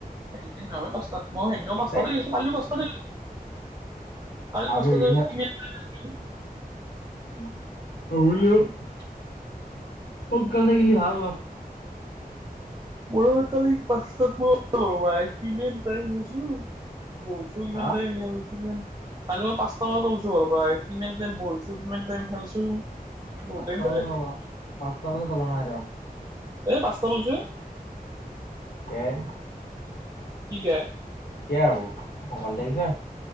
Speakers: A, on the right; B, on the left.
A: সেই নহয় পাঁচটাত মই সেও পাঁচটাতে
B: তাই
A: আহিছো ছোৱালীও পাঁচটাতে। কাল
B: আমি
A: পাঁচটা
B: উৰিষা
A: বজাত কি মেল মাৰি গল।
B: <unintelligible> কত গালে গে ভাল হব।
A: মৰ কালি পাঁচটাত মা কিমান টাইম হৈছো। বৈছো কিমান
B: হা
A: কালি পাঁচটা বজাত আহিছো ঘৰৰ পৰাই। কিমান টাইম বহিছো কিমান টাইম খেলছো। বহুত
B: পাঁচটা
A: টাইম থাকে
B: বজাত পাঁচটা বজাত ওলোৱা নাই ৰ।
A: এই পাঁচটা শুইছো এ <unintelligible>
B: কে <unintelligible>
A: কি কে?
B: কীয়া হব সোনকালে গৈছা <unintelligible>